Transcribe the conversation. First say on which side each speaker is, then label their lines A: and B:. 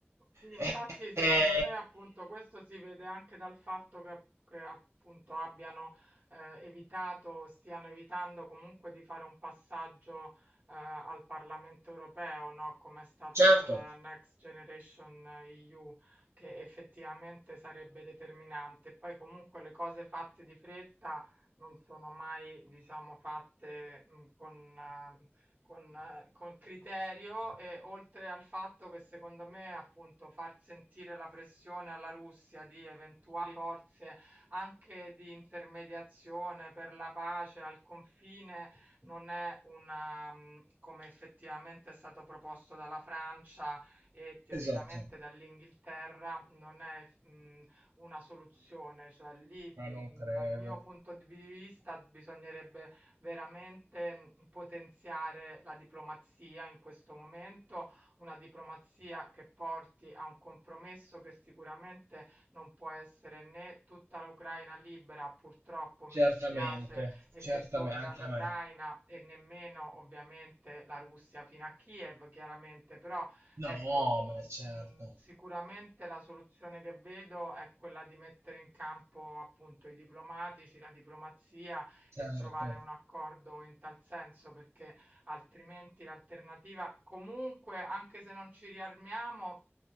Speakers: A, on the right; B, on the right.
A: Sì, infatti
B: E-
A: secondo
B: e-
A: me appunto questo si vede anche dal fatto che, che, appunto abbiano eh, evitato, stiano evitando comunque di fare un passaggio eh, al Parlamento europeo, no? Come è stato
B: certo,
A: per eh, Next Generation EU, che effettivamente sarebbe determinante. Poi comunque le cose fatte di fretta non sono mai, diciamo, fatte mh, con, eh, con, eh, con criterio e oltre al fatto che secondo me appunto far sentire la pressione alla Russia di eventuali forze anche di intermediazione per la pace al confine non è una, mh, come effettivamente è stato proposto dalla Francia e teoricamente
B: esatto,
A: dall'Inghilterra, non è mh, una soluzione, cioè lì bi-
B: ma non credo.
A: dal mio punto di vista bisognerebbe veramente mh, potenziare la diplomazia in questo momento, una diplomazia che porti a un compromesso che sicuramente non può essere né tutta l'Ucraina libera, purtroppo mi
B: Certamente,
A: dispiace, e
B: certamente,
A: che torna
B: anche
A: all'Ucraina
B: a me.
A: e nemmeno ovviamente la Russia fino a Kiev, chiaramente, però
B: No,
A: Ecco, mhmm,
B: beh, certo,
A: mhmm, sicuramente la soluzione che vedo è quella di mettere in campo appunto i diplomatici, la diplomazia
B: certo,
A: e trovare un accordo in tal senso, perché altrimenti l'alternativa comunque, anche se non ci riarmiamo,